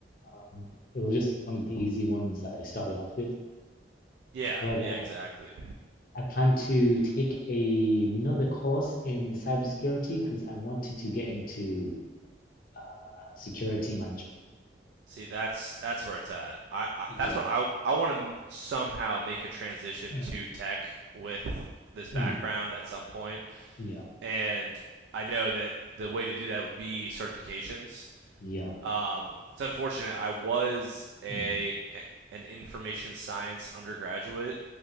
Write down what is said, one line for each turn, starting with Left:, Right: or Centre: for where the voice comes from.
Left: Um, it was just one of the easy ones that I started off with.
Right: Yeah,
Left: But
Right: yeah,
Left: uh,
Right: exactly.
Left: I plan to take a- another course in cybersecurity because I wanted to get into uh, security management.
Right: See, that's that's where it's at. I, I
Left: Yeah.
Right: that's what I I want to somehow make a transition
Left: Mm,
Right: to tech with this background
Left: mm,
Right: at some point,
Left: yeah.
Right: and I know that the way to do that would be certifications.
Left: Yeah.
Right: Um, it's unfortunate. I was a
Left: Mm,
Right: an information science undergraduate